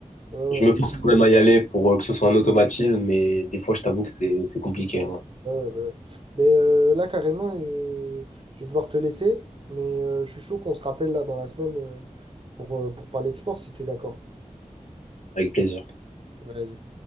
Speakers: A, on the right; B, on the left.
A: Ouais, ouais.
B: je me force quand même à y aller pour euh, que ce soit un automatisme. Mais des fois, je t'avoue que c'est c'est compliqué. hein.
A: Ouais, ouais, ouais, ouais. Mais euh, là, carrément, euh, je vais devoir te laisser. Mais euh, je suis chaud qu'on se rappelle là dans la semaine euh, pour, euh, pour parler de sport si t'es d'accord.
B: Avec plaisir.
A: Vas-y.